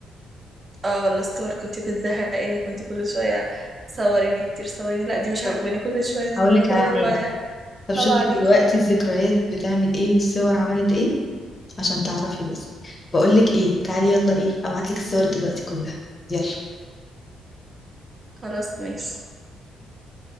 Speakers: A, on the right; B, on the left.
A: اه والله الصور كنت بتزهقيني كنت كل شويه صوريني كتير صوريني لا دي مش
B: طب
A: عاجباني كل شويه تخليني
B: هقول لك
A: اصور
B: على حاجه
A: وبعدين
B: طب شفتي
A: صعب عليكي
B: دلوقتي الذكريات بتعمل ايه والصور عملت ايه عشان تعرفي بس بقول لك ايه تعالي يلا ايه ابعت لك الصور دلوقتي كلها يلا
A: خلاص ماشي